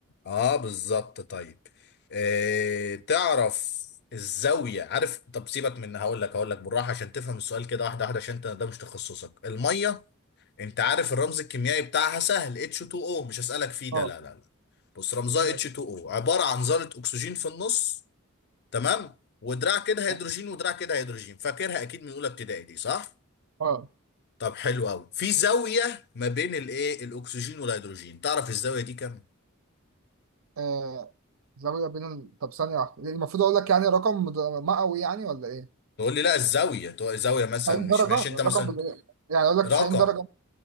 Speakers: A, on the left; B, on the right.
A: اه بالظبط طيب آه تعرف الزاوية عارف طب سيبك من هقول لك هقول لك بالراحة عشان تفهم السؤال كده واحدة واحدة عشان انت ده مش تخصصك المية انت عارف الرمز الكيميائي بتاعها سهل H2O مش هسألك فيه
B: اه
A: ده لا لا لا بص رمزها
B: ماشي
A: H2O عبارة عن ذرة أكسجين في النص تمام ودراع كده
B: اه
A: هيدروجين ودراع كده هيدروجين فاكرها أكيد من أولى ابتدائي دي صح؟
B: آه،
A: طب حلو أوي في زاوية ما بين الإيه الأكسجين والهيدروجين تعرف الزاوية دي كام؟
B: آه، زاوية بين ال... طب ثانية واحدة يعني المفروض اقول لك يعني رقم د- مئوي يعني ولا ايه؟
A: تقول لي لا الزاويه تقول زاويه مثلا
B: 90 درجة
A: مش ماشي انت مثلا
B: رقم بال- يعني اقول لك
A: رقم
B: 90 درجة